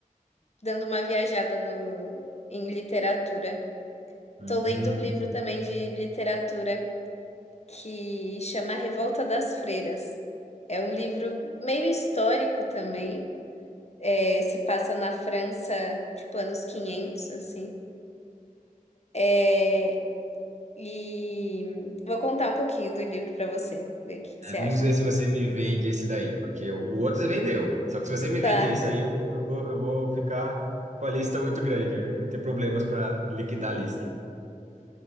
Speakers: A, on the left; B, on the right.
A: dando uma viajada no, em literatura.
B: Hum.
A: Tô lendo um livro também de literatura que chama A Revolta das Freiras. É um livro meio histórico também. É, se passa na França, tipo, anos 500 assim. É, e vou contar um pouquinho do livro para você, ver o que que
B: É,
A: você
B: vamos
A: acha.
B: ver se você me vende esse daí, porque o, o outro você vendeu. Só que se você me
A: Tá,
B: vender esse aí, eu vou, eu vou, eu vou ficar com a lista muito grande. Aí eu vou ter problemas para liquidar a lista.